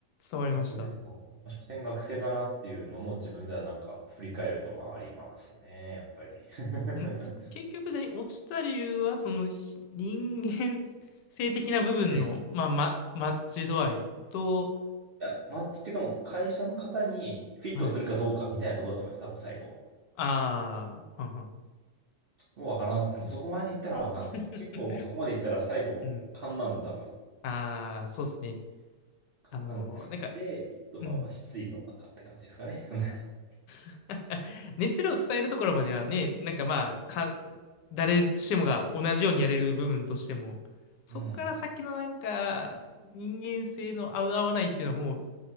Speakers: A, on the left (about 85°); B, on the right (about 50°).
A: 伝わりました。
B: あでも、まあ所詮学生だなっていうのも自分ではなんか振り返るとまあありますね、やっぱり。<laughs>
A: んつ結局何、落ちた理由は、そのし人間性的な部分の、
B: い
A: まあ、ま、マッチ度合いと、
B: や、マッチっていうかもう会社の方にフィットするかどうかみたいなところだと思います、
A: はい。
B: 多分最後は。
A: ああ、はんはん
B: もうわからんですね。もうそこまでいったらわかんないです。
A: <laughs>
B: 結構もうそこまでいったら最後、
A: うん。
B: 勘なんで多分。
A: ああ、そうですね。
B: 勘なんで、
A: あのーなんか、
B: それで、ちょっとまあまあ失意の中って感じですかね。
A: うん。
B: <laughs>
A: <laughs> 熱量を伝えるところまではね、なんかまあ、か、誰しもが同じようにやれる部分としても、そっから先のなんか、
B: うん。
A: 人間性の合う合わないっていうのはもう、